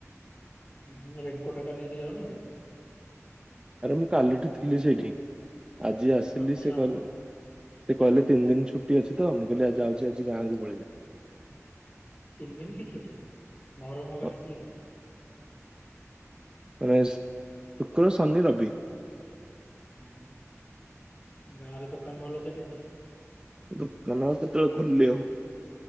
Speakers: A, on the left; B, on the right.
A: ହୁଁ ହୁଁ ରେନକୋଟ ହେରିକା ନେଇକି ଯାଉନୁ କି?
B: ଆରେ ମୁଁ କାଲିଠୁ ଥିଲି ସେଇଠି। ଆଜି ଆସିଲି
A: ଆଚ୍ଛା
B: ସେ କ‌ ସେ କହିଲେ ତିନି ଦିନି ଛୁଟି ଅଛି ତ। ମୁଁ କହିଲି ଆଜି ଯାଉଚି ଆଜି ଗାଁକୁ ପଳେଇବି।
A: ତିନ ଦିନି କି ଛୁଟି? ମହରମ୍ ହେରିକା
B: ହଁ
A: <unintelligible> ମିଶେଇକି?
B: ରେଷ ଶୁକ୍ର, ଶନି, ରବି।
A: ହଁ ଗାଁରେ ଦୋକାନ ଭଲ ଚାଲିଚି?
B: ଦୋକାନ ଆଉ କେତେବେଳେ ଖୋଲିବ?